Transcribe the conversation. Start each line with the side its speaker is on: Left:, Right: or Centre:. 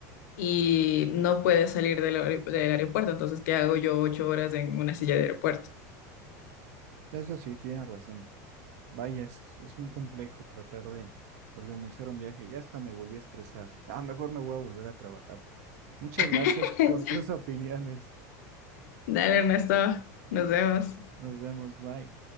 Left: y no puedes salir del, aer- del aeropuerto, entonces, ¿qué hago yo ocho horas en una silla de aeropuerto?
Right: Eso sí, tienes razón. Vaya, es, es muy complejo tratar de organizar un viaje. Ya hasta me volví a estresar. Ah, mejor me voy a volver a trabajar. Muchas gracias
Left: <laughs>
Right: por tus <laughs> opiniones.
Left: Dale, Ernesto, nos vemos.
Right: Nos vemos, bye.